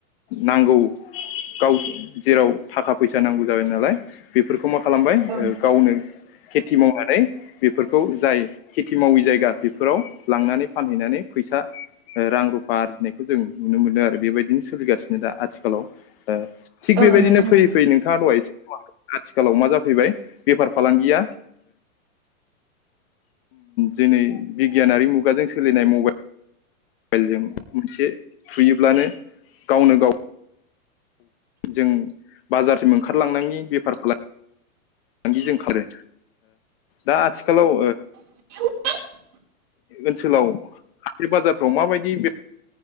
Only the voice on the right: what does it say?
औ
औ
नोंथां
औ
<inaudible>